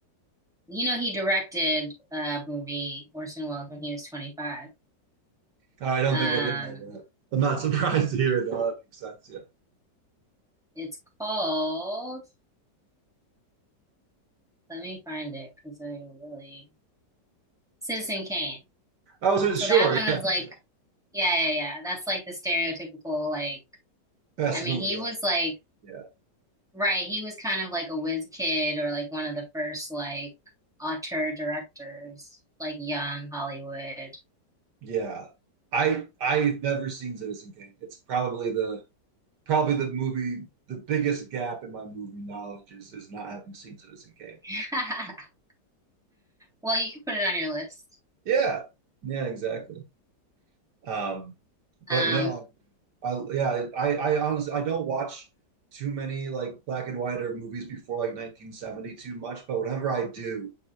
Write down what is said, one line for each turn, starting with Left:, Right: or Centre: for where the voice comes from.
Centre: You know, he directed a movie, Orson Welles, when he was 25.
Right: I don't
Centre: Um,
Right: think I did know that. I'm not <laughs> surprised to hear it, though. That makes sense. Yeah.
Centre: it's called, let me find it because I really, Citizen Kane.
Right: I was
Centre: So
Right: sure.
Centre: that one
Right: Yeah.
Centre: was like
Right: yeah.
Centre: Yeah, yeah, yeah. That's like the stereotypical, like,
Right: Best
Centre: I mean,
Right: movie
Centre: he was
Right: ever.
Centre: like,
Right: Yeah.
Centre: right, he was kind of like a whiz kid or like one of the first like auteur directors, like young Hollywood.
Right: Yeah. I I've never seen Citizen Kane. It's probably the probably the movie the biggest gap in my movie knowledge is is not having seen Citizen Kane.
Centre: <laughs> Well, you can put it on your list.
Right: Yeah. Yeah, exactly. Um, but
Centre: Um,
Right: no, I, yeah, I, I honestly I don't watch too many like black and white or movies before like 1970 too much, but whenever I do,